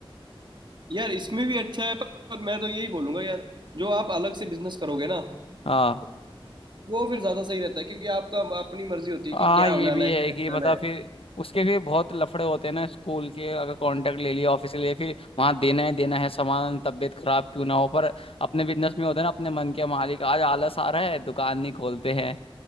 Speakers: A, on the right (about 55°); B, on the left (about 80°).
A: यार इसमें भी अच्छा है पर मैं तो यही बोलूंगा यार जो आप अलग से बिजनेस करोगे ना
B: हाँ
A: वो फिर ज्यादा सही रहता है क्योंकि आपका अपनी मर्जी होती है
B: हाँ
A: कि क्या
B: ये
A: बनाना
B: भी
A: है
B: है
A: क्या
B: कि
A: खाना
B: मतलब
A: है
B: फिर उसके भी बहुत लफड़े होते हैं ना स्कूल के अगर कांटेक्ट ले लिया ऑफिस ले लिया फिर वहाँ देना है देना है सामान तबीयत खराब क्यों ना हो पर अपने बिजनेस में होते हैं ना अपने मन के मालिक आज आलस आ रहा है दुकान नहीं खोलते हैं